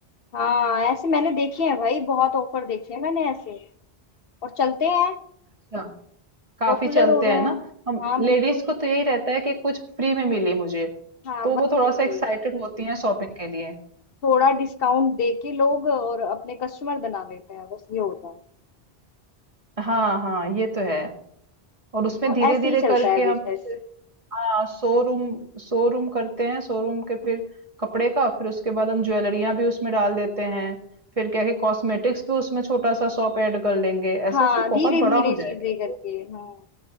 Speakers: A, on the left (about 65°); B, on the right (about 35°).
A: हाँ ऐसे मैंने देखे हैं भाई बहुत ऑफर देखे हैं मैंने ऐसे और चलते हैं
B: अच्छा काफी
A: पॉपुलर
B: चलते
A: हो रहे
B: हैं
A: हैं
B: ना हम
A: हाँ
B: लेडीज
A: बिल्कुल
B: को तो यही रहता है कि कुछ फ्री में मिले मुझे
A: हाँ
B: तो
A: वही
B: वो थोड़ा
A: वही
B: सा एक्साइटेड
A: वही
B: होती हैं शॉपिंग के लिए
A: थोड़ा डिस्काउंट दे के लोग और अपने कस्टमर बना लेते हैं बस ये होता है
B: हाँ हाँ ये तो है और उसमें
A: तो
B: धीरे
A: ऐसे
B: धीरे
A: ही चलता
B: करके
A: है बिजनेस
B: हम जैसे हाँ शोरूम शोरूम करते हैं शोरूम के फिर कपड़े का फिर उसके बाद हम ज्वेलरियां भी उसमें डाल देते हैं फिर क्या है कॉस्मेटिक्स भी उसमें छोटा सा शॉप ऐड कर लेंगे ऐसे
A: हाँ
B: ऐसे बहुत
A: धीरे धीरे
B: बड़ा हो
A: चीजें
B: जाएगा
A: करके हम्म